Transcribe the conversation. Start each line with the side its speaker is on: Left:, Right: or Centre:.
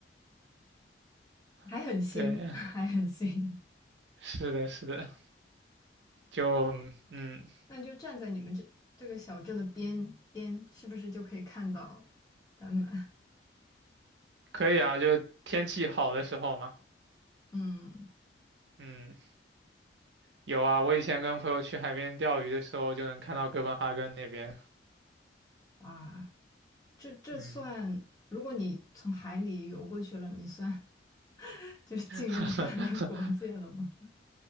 Left: 还很新，
Right: <laughs> 对，
Left: <laughs> 还很新。
Right: 是的，是的，就嗯，
Left: 那就站在你们这这个小镇的边边，是不是就可以看到丹麦？<laughs>
Right: 可以啊，就天气好的时候嘛。
Left: 嗯，
Right: 嗯，有啊，我以前跟朋友去海边钓鱼的时候，就能看到哥本哈根那边。
Left: 哇，这这算，
Right: 嗯，
Left: 如果你从海里游过去了，你算 <laughs> 就是进入丹麦国界了吗？
Right: <laughs>
Left: <laughs>